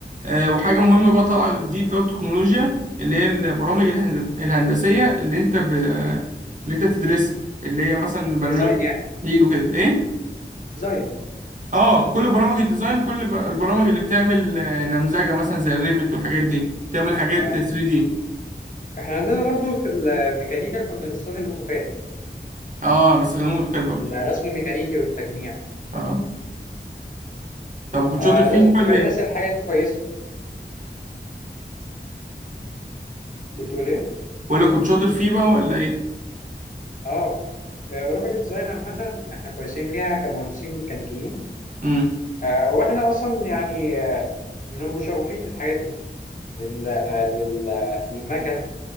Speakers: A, on the right; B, on the left.
A: آه، وحاجه مهمه بقى طالعه جديد اللي هو التكنولوجيا اللي هي البرامج الهند- الهندسيه اللي انت ب... اللي انت تدرسها اللي هي مثلا برنامج
B: ديزاين يعني
A: تحليل وكده ايه
B: ديزاين
A: اه كل برامج الديزاين وكل بر- البرامج اللي بتعمل آه، نمذجه مثلا زي الريفت والحاجات دي تعمل حاجات
B: اه
A: 3D
B: احنا عندنا برضو في الميكانيكا كنا بنستخدم اوتوكاد
A: اه بستخدمه اوتوكاد برضه
B: الرسم الميكانيكي والتجميع
A: اه طب وكنت
B: آه
A: شاطر فيه
B: لازم
A: ولا
B: تبقى
A: ايه
B: دارس الحاجة دي كويس بتقول ايه
A: ولا كنت شاطر فيه بقى ولا ايه
B: اه آه، برامج الديزاين عامة احنا كويسين فيها كمهندسين ميكانيكيين
A: امم
B: آه واحنا اصلا يعني آه، بنبقى شغوفين الحاجات دي لل... لل... للمكن